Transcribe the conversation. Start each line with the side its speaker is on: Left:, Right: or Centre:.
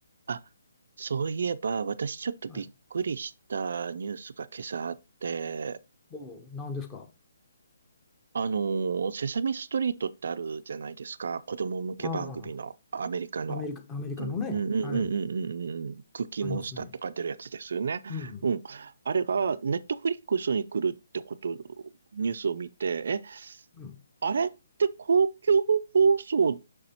Right: あ、そういえば、私ちょっとびっくりしたニュースが今朝あって、
Left: はい。おう、何ですか。
Right: あのセサミストリートってあるじゃないですか。子供向け番組の、
Left: あ
Right: アメリカの。
Left: あ、アメリカ、アメリカのね、
Right: うんうんうんうんうんうんうん。
Left: はい、
Right: クッキーモンスターとか出るやつですよね。
Left: ありますね。うん、
Right: うん。あれが、ネットフリックスに来るってこと、ニュースを見て、え、
Left: うん、
Right: あれって公共放送